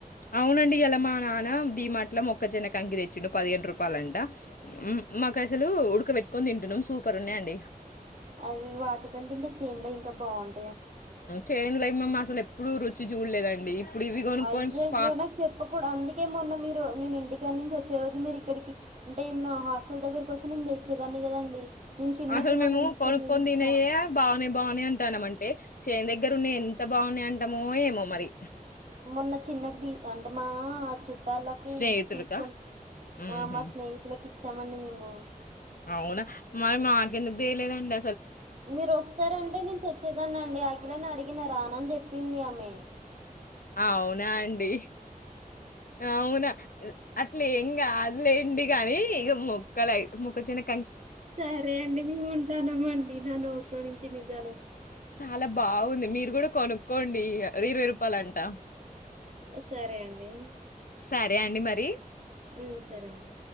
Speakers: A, on the left; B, on the right.
A: అవునండి ఈ వల మా నాన్న డి మార్ట్ ఇట్లా మొక్క చెన్న కంకి తెచ్చిండు పదిహేండు రూపాయలంట మాకు అసలు ఉడక పెెట్కొని తింటున్నాం సూపర్ ఉన్నాయియంండి
B: అవి వాటికంటే ఇంకా చేన్లే ఇంకా బాగుంటయి
A: చెంలో ఏమేమి అసలు ఎప్పుడు రుచి చూడలేదండి ఇప్పుడు ఇవి కొనుక్కొని
B: అయ్య అయ్యో
A: పా
B: నాకు చెప్పకూదు అందుకేమొన్నా మీరు నేను ఇంటికాడి నుంచి వచ్చే రోజు మీరు ఇక్కడికి అంటే మా హాస్టల్ దగ్గరకి వచ్చనడిచ్చేదాన్ని కదండి నేను చిన్నకి
A: అసలు మేము
B: మొన్న తీసుకొని
A: కొనుక్కొని
B: పోయి ఇచ్చా
A: తినేవే బాగానే బాగానే ఉంటున్నాం అంటే చేన్ దగ్గర ఉన్న ఎంత బాగున్నాయి అంటామో ఏమో మరి
B: మొన్న చిన్నకి తీసు అంటేమా ఆ చుట్టూ ళ్ళకి
A: స్నేహితుడికా?
B: తీసుకుని
A: హుహు.
B: మా స్నేహితులకి చెమండి మేము
A: అవునా మరి మాక ఎందుకు తెేలేదు అండి
B: మీరు వస్తారంటే నేను తెచ్చేదాన్ని అండి అఖిలాని అడిగిన రాను అని చెప్పింది ఆమె <inaudible>
A: అవునా అండి అవునా అట్లే ఏం కాదు లేండి గానీ ఇ మొక్కలు మొక్క జన్మ
B: సరే అండి మేము ఉంటానము మీనా నోట్లో నుంచి నిజాలు
A: అలా బాగుంది మీరు కూడా కొనుక్కోండి ఇరవై రూపాయల అంట
B: సరే అండి
A: సరే అండి మరి
B: ఉమ్, సరే అండి